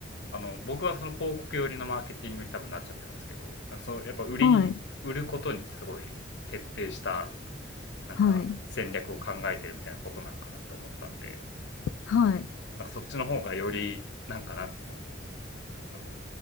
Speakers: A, on the left (about 60°); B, on the left (about 75°).
A: あの、僕はその広告寄りのマーケティングに多分なっちゃってますけど、なんかその、やっぱ売りに、
B: はい、
A: 売ることにすごい徹底した、なんか戦略を考えてるみたいなことなんかなって思ったんで、
B: はい、はい。
A: なんかそっちの方がより、なんかなんつうの、あの